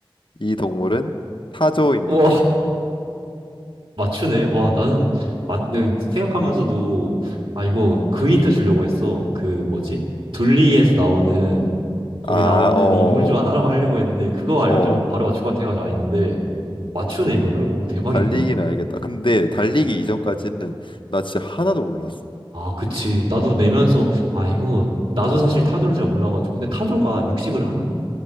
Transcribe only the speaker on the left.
이 동물은 타조입니다.
어.
아,
어,
어,
음,
달리기는 알겠다. 근데 달리기
이전까지는 나 진짜 하나도 몰랐어.